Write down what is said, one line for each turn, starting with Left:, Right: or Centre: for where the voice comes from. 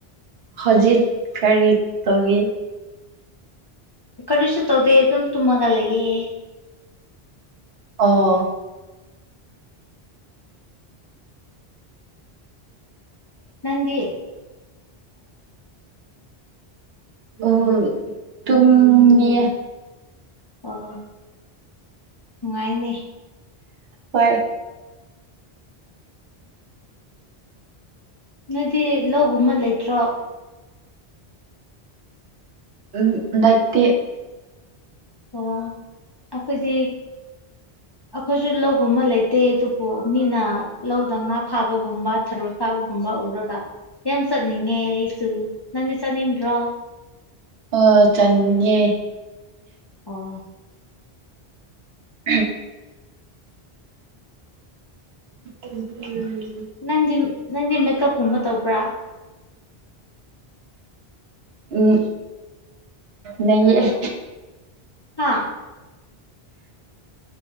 Right: ꯍꯧꯖꯤꯛ ꯀꯔꯤ ꯇꯧꯒꯦ
Left: ꯀꯔꯤꯁꯨ ꯇꯧꯗꯦ ꯑꯗꯨꯝ ꯇꯨꯝꯃꯒ ꯂꯩꯌꯦꯦ
Right: ꯑꯣ
Left: ꯅꯡꯗꯤ
Right: ꯑꯣ ꯇꯨꯝ ꯃꯦ
Left: ꯑꯣ ꯅꯨꯡꯉꯥꯏꯅꯦ
Right: ꯍꯣꯏ
Left: ꯅꯣꯏꯗꯤ ꯂꯧꯕ ꯑꯃ ꯂꯩꯇ꯭ꯔꯣ
Right: ꯎꯝ ꯅꯠꯇ
Left: <inaudible> ꯑꯣ ꯑꯗꯤ ꯑꯩꯈꯣꯏꯁꯨ ꯂꯧꯒꯨꯝꯕ ꯂꯩꯇꯦ ꯑꯗꯨꯕꯨ ꯃꯤꯅ ꯂꯧꯗ ꯉꯥ ꯐꯥꯕꯒꯨꯝꯕ ꯊꯔꯣꯏ ꯐꯥꯕꯒꯨꯝꯕ ꯎꯔꯒ ꯌꯥꯝ ꯆꯠꯅꯤꯡꯉꯦ ꯑꯩꯁꯨ ꯅꯪꯗꯤ ꯆꯠꯅꯤꯡꯗ꯭ꯔꯣ
Right: ꯑꯣ ꯆꯟꯅꯦ
Left: ꯑꯣ
Right: ꯎꯝ ꯎ
Left: ꯅꯪꯗꯤ ꯅꯪꯗꯤ ꯃꯦꯀꯞꯀꯨꯝꯕ ꯇꯧꯕ꯭ꯔꯥ
Right: ꯎꯝ ꯅꯌꯦ <inaudible>
Left: ꯍꯥꯥ